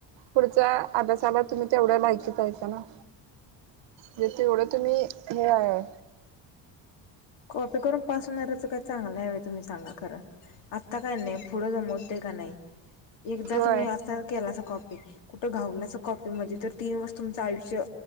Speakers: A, on the right; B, on the left.
A: पुढच्या अभ्यासाला तुम्ही तेवढ्या माकीहाच ना जथ एवढं तुम्ही हे आहे
B: कॉपी करून पासून येचं काही चांगलं हव तुम्ही चांगला खरं आत्ता काही नाही पुढं जमवते का नाही एकदा
A: होय
B: तुम्ही असता केला अस कॉपी कुठं घाऊलाच कॉपी म्हणजे तर तीन वर् तुमचं आयुष्य